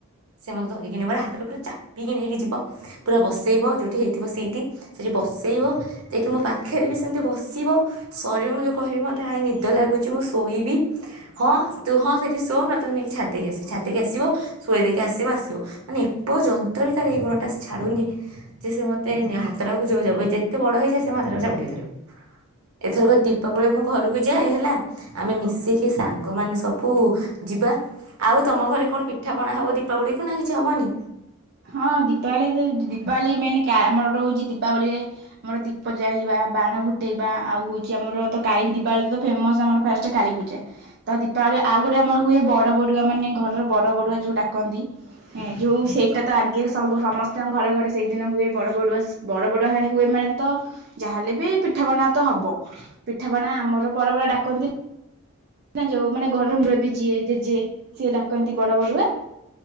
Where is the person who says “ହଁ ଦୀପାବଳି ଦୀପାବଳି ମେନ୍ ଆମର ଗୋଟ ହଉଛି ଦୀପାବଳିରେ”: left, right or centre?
Right